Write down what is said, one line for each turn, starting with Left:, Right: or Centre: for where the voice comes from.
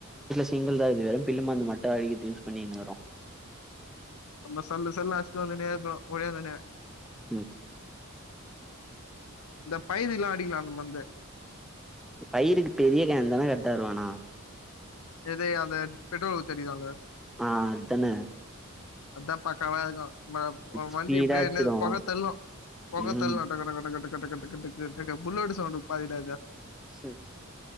Centre: சிங்கள்தா இது வெறு பில்லு மருந்து மட்டு அடிக்துகு யூஸ் பண்ணினுருக்கோ
Left: நம்ம சல்லு சல்லுனு அடிச்சுட்டு வந்துனே இருக்கு ஒடியாதுனே
Centre: உம்
Left: இந்தப் பயிதிலா அடிகலா இந்த மந்து
Centre: பயிருக்கு பெரிய கேன் தான கரெட்டாருக்கு ஆனா
Left: எது அந்த பெட்ரோல் ஊதி அடிகதால
Centre: ஆ அத்தன
Left: அத்தாப்பா <unintelligible> ம வண்டி
Centre: ஸ்பீடா
Left: இப்டியே
Centre: அடிச்சிடு
Left: என்னது பொக தள்ளு பொக
Centre: ம்
Left: தள்ளு கட கட கட கட கட்டு கட்டு கட்டு கடக புல்லட்டு சவுண்ட்டு பாதிடாக
Centre: சேஃப்